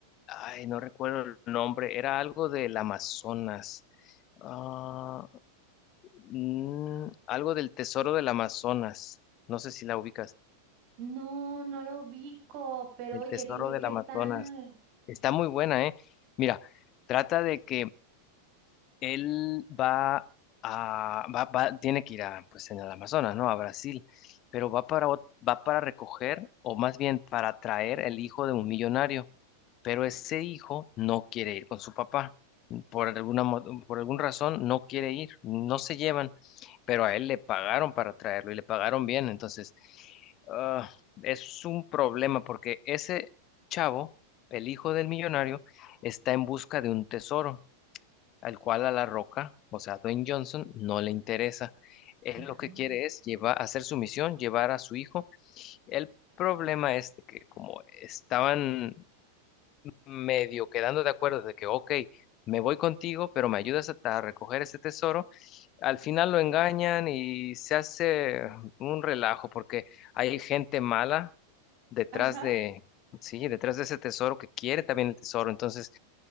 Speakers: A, on the left; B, on the right.
A: ay, no recuerdo el nombre, era algo del Amazonas, Ah, mm, algo del Tesoro del Amazonas, no sé si la ubicas,
B: No, no lo ubico, pero
A: el
B: oye,
A: Tesoro
B: dime
A: del
B: qué
A: Amazonas,
B: tal.
A: está muy buena, ¿eh? Mira, trata de que él va a, va, va- tiene que ir a, pues en el Amazonas, ¿no? A Brasil, pero va para, ot- va para recoger, o más bien para traer el hijo de un millonario, pero ese hijo no quiere ir con su papá. Por alguna, mo- por alguna razón no quiere ir, no se llevan, pero a él le pagaron para traerlo y le pagaron bien, entonces ah, es un problema porque ese chavo, el hijo del millonario, está en busca de un tesoro al cual a La Roca, o sea, Dwayne Johnson, no le interesa. Él
B: Ah,
A: lo que quiere es llevar, hacer su misión, llevar a su hijo. El problema es de que como estaban medio quedando de acuerdo de que, ok, me voy contigo, pero me ayudas a, a recoger ese tesoro, al final lo engañan y se hace un relajo porque hay gente mala detrás
B: Ajá.
A: de, sí, detrás de ese tesoro que quiere también el tesoro. Entonces,